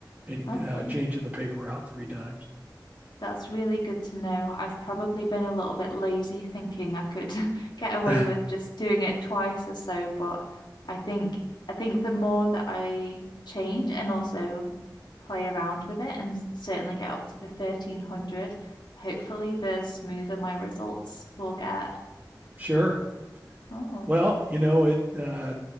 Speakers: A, on the right; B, on the left.
A: and
B: Okay.
A: uh, changing the paper out three times.
B: That's really good to know. I've probably been a little bit lazy thinking I could <laughs> get away
A: <sighs>
B: with just doing it twice or so, but I think I think the more that I change and also play around with it and s- certainly get up to the 1300, hopefully the smoother my results will get.
A: <laughs> Sure.
B: Oh.
A: Well, you know, it uh